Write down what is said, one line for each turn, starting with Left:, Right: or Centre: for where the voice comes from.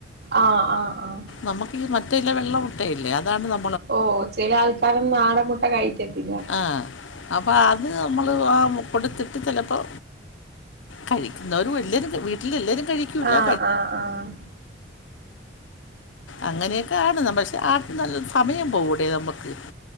Right: ആഹ് ആഹ് ആഹ്
Left: നമുക്ക് ഈ മറ്റേതില്ലേ വെള്ള മുട്ടയില്ലേ അതാണ് ന
Right: ഓ ചില ആൾക്കാരൊന്നും നാടൻ മുട്ട കഴിക്കത്തില്ല
Left: ആഹ് അപ്പോ അത് നമ്മള് ആ കൊടുത്തിട്ട് ചിലപ്പോ കഴിക്കുന്നവര് എല്ലവരും വീട്ടില് എല്ലാവരും കഴിക്കൂല്ല
Right: ആഹ്
Left: കഴി
Right: ആഹ് ആഹ്
Left: അങ്ങനെയൊക്കെ ആണ് ന പക്ഷെ ആ നല്ല സമയം പോകൂടി നമുക്ക്